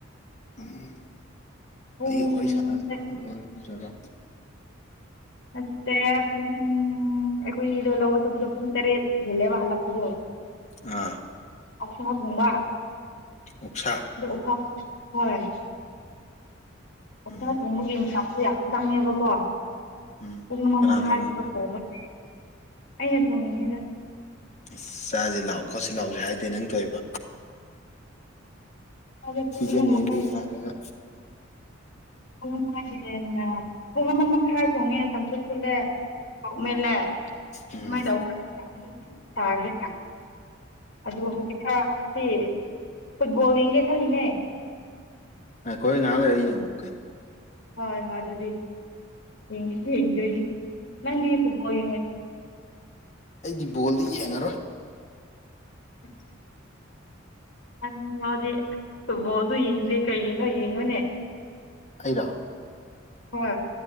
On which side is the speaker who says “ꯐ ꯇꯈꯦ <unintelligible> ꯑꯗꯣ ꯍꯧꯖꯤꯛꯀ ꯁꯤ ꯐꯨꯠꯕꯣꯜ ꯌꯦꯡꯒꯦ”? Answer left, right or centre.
Left